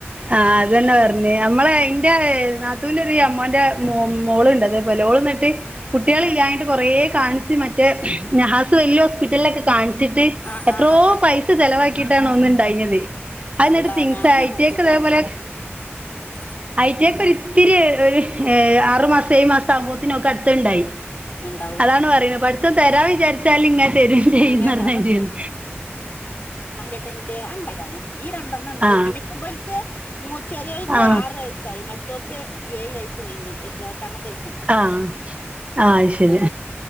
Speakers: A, on the right; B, on the left.
A: ആഹ് അതെന്നെ പറഞ്ഞേ നമ്മളെ ഇന്റെ നാത്തൂന്റെ ഒരു അമ്മോന്റെ മോ മോള്ണ്ട് അതേപോലെ ഓള്ന്നിട്ട് കുട്ട്യേള് ഇല്ലാഞ്ഞിയിട്ട് കൊറെ കാണിച്ച് മറ്റേ നഹാസ് വലിയ ഹോസ്പിറ്റലിലൊക്കെ കാണിച്ചിട്ട്
B: ആ
A: എത്രോ
B: ആ ആ
A: പൈസ ചെലവാക്കിയിട്ടാണ് ഒന്ന് ണ്ടായിനിയത് അത്
B: അള്ളാ
A: ഇന്നട്ട് ട്വിൻസാ
B: ഞാനും
A: അയിറ്റിയേക്ക്
B: അങ്ങൻ തന്നേണ്
A: ഇതേപോലെ
B: <inaudible>
A: ആയിറ്റിയേക്ക് ഒരിത്തിരി ഒരു ഏഹ് ആറുമാസം ഏഴ് മാസം ആവുമ്പോത്തിന് ഓക്ക് അടുത്തെണ്ടായി
B: ഇണ്ടാവും
A: അതാണ് പറയണെ പടച്ചോൻ തെരാൻ വിചാരിച്ചാല് ഇങ്ങനെ തെരും ചെയ്യൂന്ന്
B: അങ്ങനെ
A: പറഞ്ഞമാതിരിയാണ്
B: ഇല്ലാട്ടോ എനിക്ക് <unintelligible> ഈ രണ്ടെണ്ണം ഇണ്ടായി
A: ആ
B: പിന്നെ ഇപ്പ ഇബലിക്ക് മൂ ചെറിയോലിക്ക്
A: ആ
B: ആറ് വയസ്സ് ആയി മറ്റോക്ക് ഏഴ് വയസ്സ് കയിഞ്ഞ് എട് എട്ടാമത്തെ വയസ്സാണ്
A: ആഹ് ആഹ് അയ് ശെരി